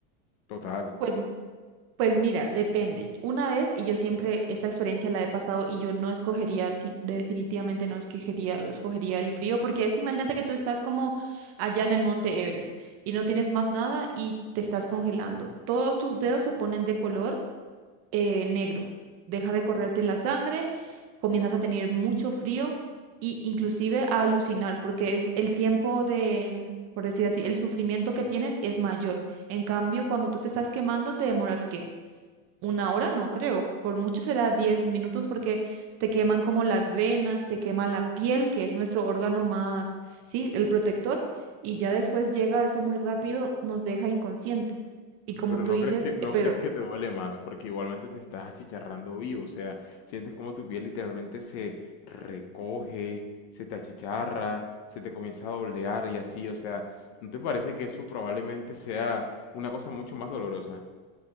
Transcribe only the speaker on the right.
pues Pues mira, depende. Una vez, y yo siempre esta experiencia la he pasado y yo no escogería, sí, definitivamente no escogería, escogería el frío, porque es, imagínate que tú estás como allá en el Monte Everest y no tienes más nada y te estás congelando. Todos tus dedos se ponen de color eh, negro. Deja de correrte la sangre, comienzas a tener mucho frío y inclusive a alucinar, porque es el tiempo de, por decir así, el sufrimiento que tienes es mayor. En cambio, cuando tú te estás quemando, te demoras, ¿qué? Una hora no creo, por mucho será 10 minutos porque te queman como las venas, te quema la piel, que es nuestro órgano más, sí, el protector, y ya después llega eso muy rápido, nos deja inconscientes. Y como
tú
dices,
eh, pero